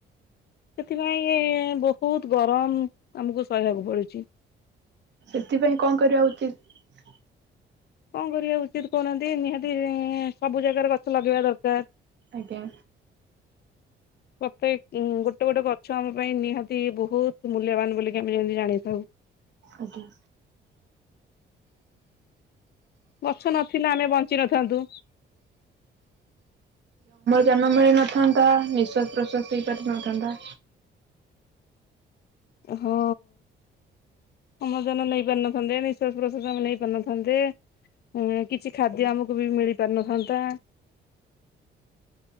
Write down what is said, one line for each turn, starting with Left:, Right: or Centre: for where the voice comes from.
Left: ସେଥିପାଇଁ ବହୁତ ଗରମ ଆମକୁ ସହିବାକୁ ପଡୁଚି।
Right: ସେଥିପାଇଁ କଣ କରିବା ଉଚିତ?
Left: କଣ କରିବା ଉଚିତ କହୁନାହାନ୍ତି ନିହାତି ସବୁ ଜାଗାରେ ଗଛ ଲଗେଇବା ଦରକାର।
Right: ଆଜ୍ଞା।
Left: ପ୍ରତେକ ଗୋଟେ ଗୋଟେ ଗଛ ଆମ ପାଇଁ ନିହାତି ବହୁତ ମୂଲ୍ୟବାନ ବୋଲିକି ଆମେ ଯେମତି ଜାଣିଥାଉ।
Right: ଆଜ୍ଞା।
Left: ଗଛ ନଥିଲା ଆମେ ବଞ୍ଚିନଥାନ୍ତୁ।
Right: ଜାନ ମିଳି ନଥାନ୍ତା ନିଶ୍ୱାସ ପ୍ରଶ୍ଵାସ ହେଇପାରି ନଥାନ୍ତା।
Left: ହଉ ଅମ୍ଳଜାନ ନେଇ ପାରିନଥାନ୍ତେ ନିଃଶ୍ୱାସ ପ୍ରଶ୍ୱାସ ଆମେ ନେଇ ପାରୁନଥାନ୍ତେ। ହୁଁ କିଛି ଖାଦ୍ୟ ଆମକୁ ବି ମିଳି ପାରିନଥାନ୍ତା।